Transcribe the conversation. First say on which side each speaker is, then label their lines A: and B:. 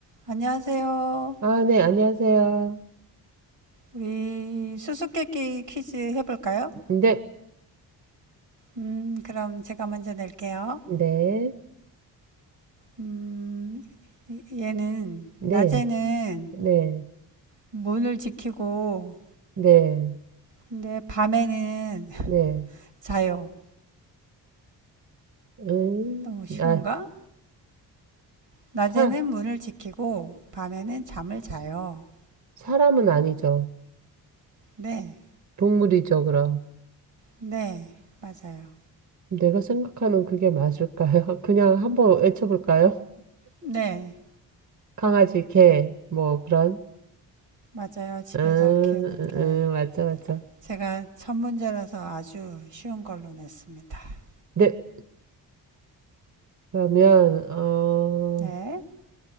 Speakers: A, on the right; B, on the right.
A: 안녕하세요.
B: 아, 네, 안녕하세요.
A: 우리 수수께끼 퀴즈 해볼까요?
B: 네,
A: 음, 그럼 제가 먼저 낼게요.
B: 네,
A: 음, 얘는
B: 네,
A: 낮에는
B: 네,
A: 문을 지키고,
B: 네,
A: 근데 밤에는 <laughs>
B: 네.
A: 자요.
B: 음,
A: 너무 쉬운가?
B: 아,
A: 낮에는
B: 사,
A: 문을 지키고, 밤에는 잠을 자요.
B: 사람은 아니죠.
A: 네,
B: 동물이죠, 그럼.
A: 네, 맞아요.
B: 내가 생각하는 그게 맞을까요? <laughs> 그냥 한번 외쳐볼까요?
A: 네,
B: 강아지, 개, 뭐, 그런.
A: 맞아요. 집에서
B: 음,
A: 키우는
B: 음,
A: 게.
B: 음, 맞죠, 맞죠.
A: 제가 첫 문제라서 아주 쉬운 걸로 냈습니다.
B: 네, 그러면, 어,
A: 네,